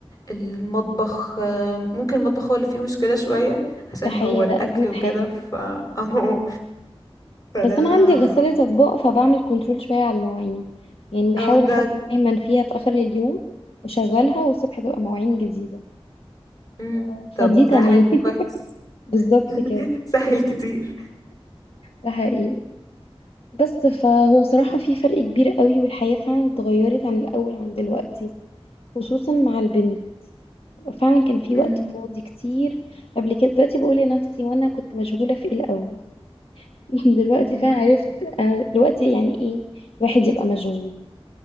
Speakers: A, on the left; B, on the left.
A: المطبخ آه، ممكن المطبخ هو اللي فيه مشكله شويه عشان
B: ده حقيقي
A: هو الاكل
B: ده أزمة
A: وكده
B: حائط
A: ف <laughs> اهو فده
B: بس أنا عندي غسالة أطباق فبعمل كنترول شوية على المواعين يعني بحاول
A: اه
B: أحط
A: ده
B: دايما فيها في آخر اليوم وأشغلها والصبح تبقى مواعين جديدة
A: مم.
B: ف-
A: طب
B: فدي
A: ده
B: تمام
A: حلو
B: <laughs>
A: كويس
B: بالظبط
A: <laughs>
B: كده
A: سهل كتير
B: ده حقيقي بس فهو صراحة في فرق كبير قوي والحياة فعلا اتغيرت عن الأول عن دلوقتي خصوصا مع البنت فعلا كان في
A: مم.
B: وقت فاضي كتير قبل كده دلوقتي بقول لنفسي وانا كنت مشغولة في ايه الأول <laughs> دلوقتي
A: مم.
B: فعلا عرفت انا دلوقتي يعني ايه الواحد يبقى مشغول